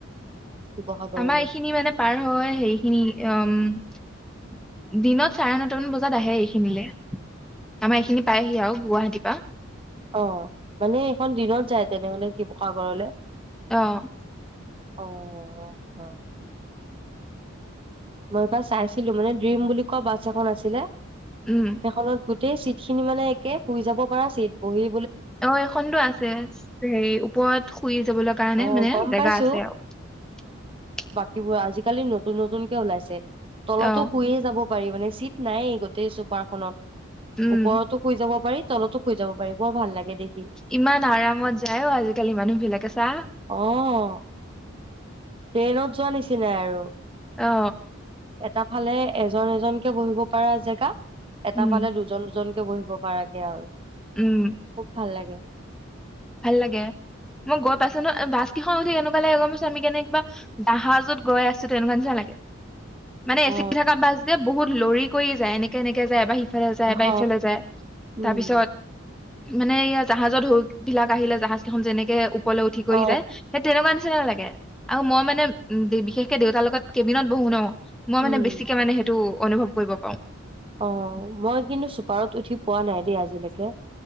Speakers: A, on the right; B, in the centre.
A: শিৱসাগৰলৈ
B: আমাৰ এইখিনি মানে পাৰ হয় সেইখিনি, উম দিনত চাৰে নটামান বজাত আহে এইখিনিলে আমাৰ এইখিনি পায়হি আৰু গুৱাহাটীৰ পৰা।
A: অঁ। মানে এইখন দিনত যায় তেনেহলে কি? শিৱসাগৰলৈ!
B: অঁ।
A: অঁ হয়। মই এবাৰ চাইছিলো মানে ড্ৰিম বুলি কোৱা বাছ এখন আছিলে।
B: উম
A: সেইখনত গোট গোটেই চিটখিনি মানে একে শুই যাব পৰা চিট বহি
B: অঁ এইখনতো আছে হেৰি, ওপৰত শুই যাবলৈ কাৰণে
A: অ',
B: মানে
A: গম
B: জেগা
A: পাইছো
B: আছে আৰু।
A: কিবা আজিকালি নতুন নতুন ওলাইছে। তলতো
B: অ
A: শুয়ে যাব পাৰি মানে চিট নাই গোটেই চোপাৰখনত।
B: উম
A: ওপৰতো শুই যাব পাৰি তলতো শুই যাব পাৰি বৰ ভাল লাগে দেখি
B: ইমান আৰামত যায় অ আজিকালি মানুহ বিলাকে চা
A: অঁ। ট্ৰেইনত যোৱা নিছি যায় আৰু।
B: অ
A: এটা ফালে এজন এজনকে বহিব পৰা জেগা এটা
B: উম
A: ফালে দুজন দুজন বহিব পৰাকে আৰু।
B: উম
A: খুব ভাল লাগে।
B: ভাল লাগে মই
A: উম।
B: গৈ পাইছো ন বাছখনত উঠি এনেকুৱা লাগে গম পাইছো আমি কেনে কিবা জাহাজত গৈ আছো তেনেকুৱা নিচনা লাগে। মানে
A: অ
B: এচি থকা বাছ যে বহুত। লৰি কৰি যায় এনেে এনেকে যায় এবাৰ সি সিফালে যায় এবাৰ
A: হ
B: ইফালে যায়
A: উম
B: তাৰপিছত মানে এয়া জাহাজত ঢৌ। বিলাক আহিলে জাহাজ কেইখন যে এনেকে ও ওপলে উঠি কৰি
A: অ
B: যায় যায় সেই তেনেকুৱা নি নিচিনা লাগে আৰু মই মানে বিশেষকে দেউতাৰ লগত কেবিনত বহো ন। মই
A: উম
B: মানে বেছিকে মানে সেইটো। অনুভৱ কৰিব পাৰো।
A: অ' মই কিন্তু চুপাৰত উঠি পোৱা নাই দেই আজিলৈকে